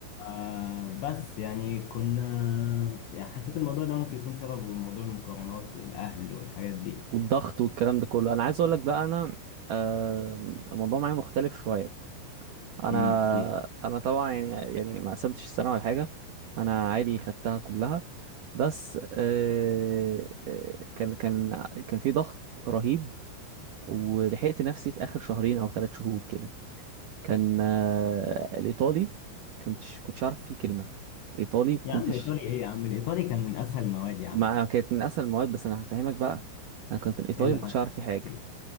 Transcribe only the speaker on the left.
آه بس يعني كنا يعني حسيت الموضوع ده ممكن يكون سببه موضوع المقارنات والاهل والحاجات دي
امم احكي لي
يا عم ايطالي ايه يا عم الايطالي كان من اسهل المواد يا عم
ايه اللي
حصل
احكي
لي.